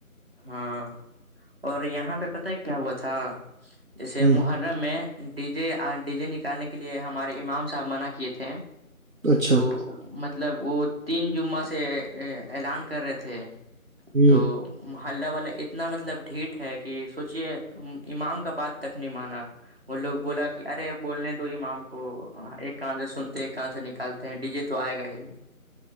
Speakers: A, on the right (about 40°); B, on the right (about 65°).
A: ہاں اور یہاں پہ پتا ہی کیا ہوا تھا جیسے
B: ہ
A: مہ ارا میں ڈی جے ڈی جے نکالنے کے لیے ہمارے امام صاحب منع کیے تھے
B: اچھا
A: تو مطلب وہ تین جمعہ سے اعلان کر رہے تھے
B: ہ
A: تو ہللہ ولہ اتنا مطلب ڈھیٹ ہے کہ سوچیے امام کا بات تک نہیں مانا وہ لوگ بولا کہ ارے بولنے دو امام کو ایک کان سے سنتے ایک کان سے نکالتے ہیں ڈیجی تو آئے گا ہی